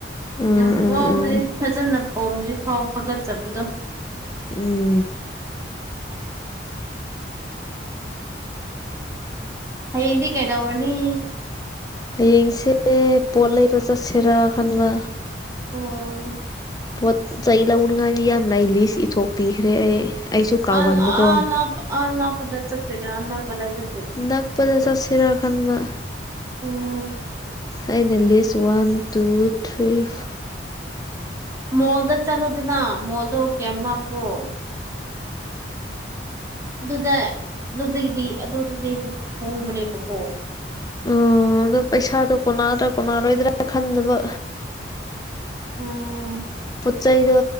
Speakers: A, on the left (about 20°); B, on the right (about 15°).
A: ꯎꯝ ꯎꯝ
B: ꯌꯥꯝ ꯋꯥꯕꯅꯦ
A: ꯎꯝ
B: ꯐꯖꯅ ꯄꯣꯝꯗ꯭ꯔꯤ ꯐꯥꯎ ꯍꯥꯒꯠꯆꯕꯗꯣ
A: ꯎꯝ
B: ꯍꯌꯦꯡꯗꯤ ꯀꯩꯗꯧꯔꯅꯤ
A: ꯍꯌꯦꯡꯁꯦ ꯄꯣꯠ ꯂꯩꯕ ꯆꯠꯁꯤꯔꯥ ꯈꯟꯕ
B: ꯑꯣ
A: ꯄꯣꯠ ꯆꯩ ꯂꯧꯅꯉꯥꯏꯗꯤ ꯌꯥꯝ ꯂꯩ ꯂꯤꯁ ꯏꯊꯣꯛꯄꯤꯈ꯭ꯔꯦ ꯑꯩ ꯑꯩꯁꯨ ꯀꯥꯎꯒꯟꯕꯀꯣ
B: ꯑꯜ ꯑ ꯂꯞ ꯑꯜ ꯂꯥꯞꯄꯗ ꯆꯠꯇꯣꯏꯔ ꯅꯛꯄꯗꯤ ꯆꯠ
A: ꯅꯥꯛꯄꯗ ꯆꯠꯁꯤꯔꯥ ꯈꯥꯟꯕ
B: ꯎꯝ
A: ꯑꯩꯅ ꯂꯤꯁ ꯋꯥꯟ ꯇꯨ ꯊ꯭ꯔꯤ ꯐꯣ
B: ꯃꯣꯜꯗ ꯆꯠꯂꯨꯗꯅ ꯃꯣꯜꯗꯣ ꯀꯌꯥꯝ ꯅꯞꯄ꯭ꯔꯣ ꯑꯗꯨꯗ ꯑꯗꯨꯗꯒꯤꯗꯤ ꯑꯗꯨꯗꯗꯤ ꯍꯦꯛ ꯍꯣꯡꯕꯅꯦꯕꯀꯣ
A: ꯑꯣ ꯑꯗꯨ ꯄꯩꯁꯥꯗꯣ ꯀꯣꯟꯅꯗ꯭ꯔꯥ ꯀꯣꯟꯅꯔꯣꯏꯗ꯭ꯔꯥ ꯈꯟꯗꯕ
B: ꯎꯝ
A: ꯄꯣꯠ ꯆꯩꯗꯣ